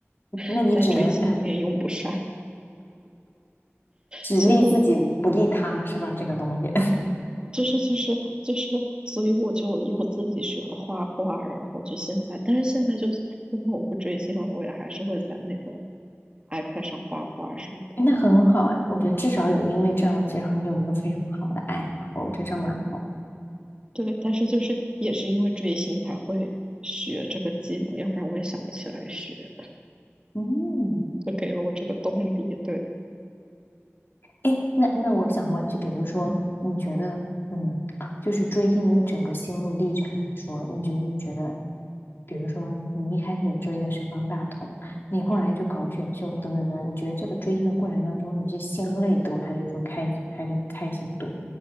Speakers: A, on the left; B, on the right.
A: <laughs>
B: <laughs>
A: 那你只能呃
B: 在追星里面用不上，
A: 只利自己不利他，
B: 所以我
A: 是吧？这个东西，
B: 就是就是就是，所以我就又自己学了画画，然后就现在，但是现在就是因为我不追星了，我也还是会在那个 iPad 上画画什么的。
A: <laughs> 那很好哎，我觉得至少有因为这样的然后你有一个非常好的爱好，这样蛮好。
B: 对，但是就是也是因为追星才会学这个技能，要不然我也想不起来学，
A: 嗯。
B: 就给了我这个动力。对，
A: 哎，那那我想问，就比如说，
B: 嗯
A: 你觉得，嗯，就是追星的一整个心路历程来说，你就是觉得，比如说你一开始追的是方大同，你后来就搞选秀等等等等你觉得这个追星的过程当中，
B: 嗯。
A: 你是心累多，还是说开还是开心多？